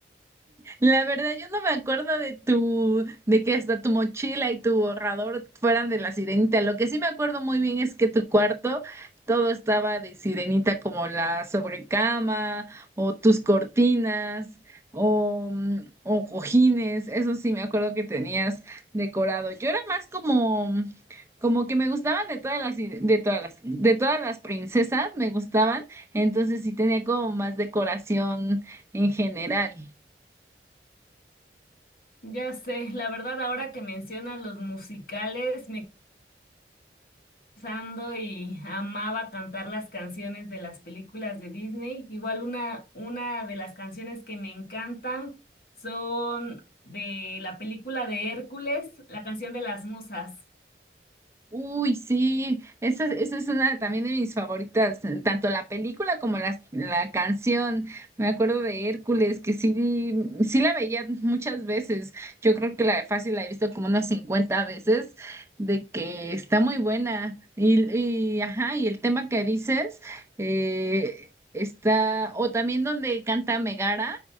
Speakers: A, on the right; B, on the left.
A: La verdad, yo no me acuerdo de tu, de que hasta tu mochila y tu borrador fueran de la sirenita. Lo que sí me acuerdo muy bien es que tu cuarto todo estaba de sirenita, como la sobrecama, o tus cortinas, o, mm, o cojines. Eso sí me acuerdo que tenías decorado. Yo era más como, como que me gustaban de todas las, sire- de todas las, de todas las princesas, me gustaban. Entonces sí tenía como más decoración en general.
B: Ya sé, la verdad ahora que mencionas los musicales, me pensando y amaba cantar las canciones de las películas de Disney. Igual una, una de las canciones que me encantan son de la película de Hércules, la canción de las musas.
A: Uy, sí, esa, esa es una también de mis favoritas, eh, tanto la película como la, la canción. Me acuerdo de Hércules, que sí, sí la veía muchas veces. Yo creo que la de Fácil la he visto como unas 50 veces, de que está muy buena. Y, y ajá, y el tema que dices, eh, está, o también donde canta Megara,